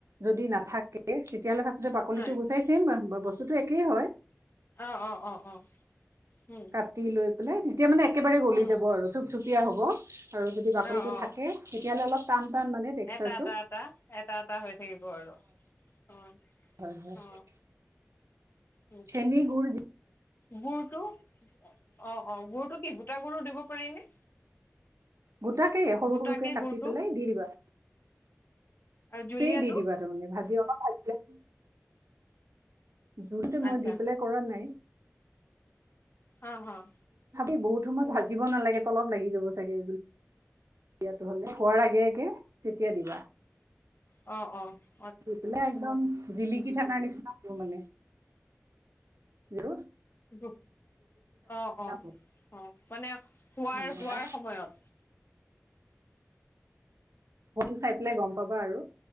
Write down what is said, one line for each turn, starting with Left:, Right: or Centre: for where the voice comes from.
Right: যদি নাথাকে তেতিয়া হলে ফ্ৰাষ্টতে বাকলিতো
Left: হয়
Right: গুচাই বস্তুতো টো একেই হয়
Left: অ' অ' অ' অ'
Right: কাটি লৈ পেলাই তেতিয়া মানে একেবাৰে গলি
Left: উম
Right: যাব আৰু তিয়া হ'ব। আৰু যদি বাকলিটো
Left: অ অ
Right: থাকে তেতিয়াহ'লে অলপ টান টান মানে টেক্সাৰটো
Left: এটা, এটা, এটা, এটা, এটা হৈ থাকিব আৰু। অ
Right: হয় হয়
Left: অ উম,
Right: চেনিগুড
Left: গুৰটো, অ, অ, গুৰটো কি গোটা গুৰউ দিব পাৰি, নে?
Right: গোটাকে, সৰু,
Left: গোটাকে
Right: সৰুকে কাটি
Left: গুৰটো
Right: পেলাই, দি দিবা।
Left: জুলীয়াটো
Right: স দি দিবা তাৰমানে ভাজি অহ ', <unintelligible> জোনতে,
Left: আচ্ছা
Right: মই দি পেলাই কৰা নাই।
Left: হা', -হা',
Right: এই বহুত সময় ভাজিব নালাগে তলত লাগি যাব চাগে দিয়টো হ'লে কোৱাৰ আগে -আগে তেতিয়া দিবা।
Left: অহ - অহ
Right: স একদম জিলি কিঠ কাৰ নিচিনা মানে জোৰ।
Left: অহ ',- অহ ',
Right: হ'ব
Left: - অহ ', মানে শোৱাৰ
Right: মানে
Left: হোৱাৰ
Right: এটা
Left: সময়ত।
Right: সেইটো চাই পেলাই, গম পাবা আৰু